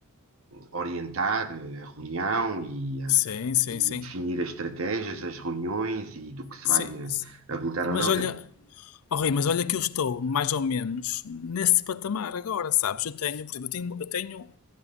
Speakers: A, on the right; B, on the left.
A: orientar a reunião e, ah,
B: sim, sim,
A: e
B: sim.
A: definir as estratégias, as reuniões e do que se
B: Sim.
A: vai ah, abordar ou
B: Mas
A: não.
B: olha,
A: Portanto,
B: oh Rui, mas olha que eu estou mais ou menos nesse patamar agora, sabes? Eu tenho, por exemplo, eu tenho, eu tenho,